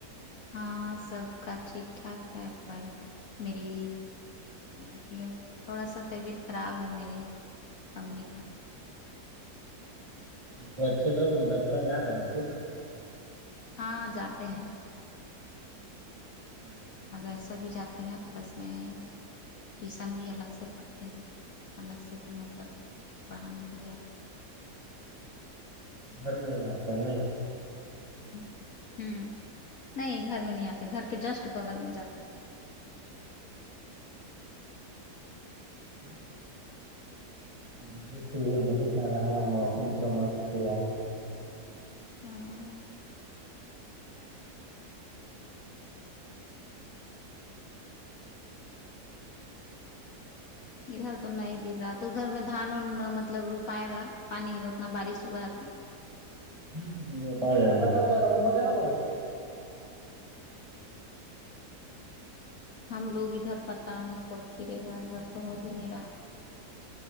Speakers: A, on the left (about 60°); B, on the right (about 20°).
A: ہاں سب کا ٹھیک ٹھاک ہے پر میری مطلب تھوڑا سا طبیعت خراب ہے میری امی کا
B: بچے لوگ مدرسہ جا رہے ہیں تھے
A: ہاں جاتے ہیں
B: ہاں
A: مدرسہ بھی جاتے ہیں پلس میں ٹیشن بھی الگ سے پڑھتے ہیں الگ سے بھی مطلب پڑھانے کے لیے آتے ہیں
B: گھر میں ہی آتے ہیں نہیں
A: ہمم نہیں گھر میں نہیں آتے گھر کے جسٹ بغل میں جاتے
B: ہمم بارش تو ادھر بہت آ رہا ہے موسم پورا مست کیاا ہے
A: ہاں ادھر تو نہیں گر رہا تھا ادھر میں دھان و مطلب رو پائے گا پانی اتنا بارش ہوا تو
B: ہم ہوتا جارہ رہا
A: ہم لوگ ادھر پتا نہیں کب گرے گا ادھر تو ہو بھی نہیں رہا